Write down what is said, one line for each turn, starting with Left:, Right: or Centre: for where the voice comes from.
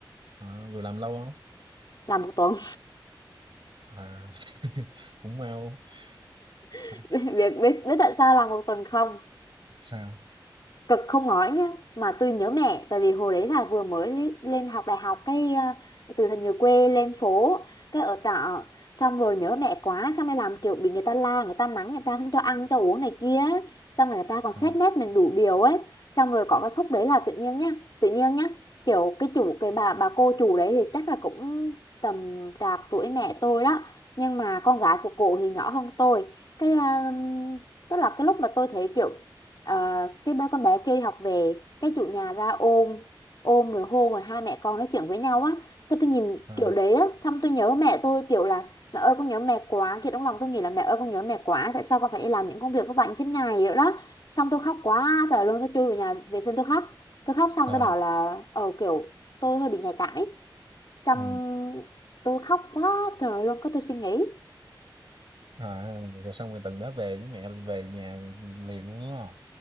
Right: à, vừa làm lâu không
Left: làm một tuần.
Right: à <laughs> cũng mau
Left: <laughs>
Right: À,
Left: Biết biết biết tại sao làm một tuần không?
Right: sao
Left: cực không nói nhá mà tôi nhớ mẹ tại vì hồi đấy là vừa mới li- lên học đại học cái à, từ thành người quê lên phố cái ở trọ xong rồi nhớ mẹ quá xong rồi làm kiểu bị người ta la người ta mắng người ta không cho ăn cho uống này kia xong rồi người ta còn xét
Right: à,
Left: nét mình đủ điều ấy xong rồi có cái khúc đấy là tự nhiên nhá tự nhiên nhá kiểu cái chủ cái bà bà cô chủ đấy thì chắc là cũng tầm trạc tuổi mẹ tôi đó nhưng mà con gái của cổ thì nhỏ hơn tôi cái à, tức là cái lúc mà tôi thấy kiểu Ờ, cái ba con bé kia học về cái chủ nhà ra ôm ôm rồi hôn rồi hai mẹ con nói chuyện với nhau á cái tôi nhìn
Right: à,
Left: kiểu đấy á xong tôi nhớ mẹ tôi kiểu là mẹ ơi con nhớ mẹ quá kiểu trong lòng tôi nghĩ là mẹ ơi con nhớ mẹ quá tại sao con phải đi làm những công việc vất vả như thế này nữa đó xong tôi khóc quá trời luôn tôi chui vào nhà vệ sinh tôi khóc tôi khóc xong
Right: ờ,
Left: tôi bảo là ờ kiểu tôi hơi bị nhạy cảm ấy xong
Right: ừ.
Left: tôi khóc quá trời luôn cái tôi suy nghĩ
Right: à, rồi xong rồi tuần đó về với mẹ về nhà liền luôn đúng không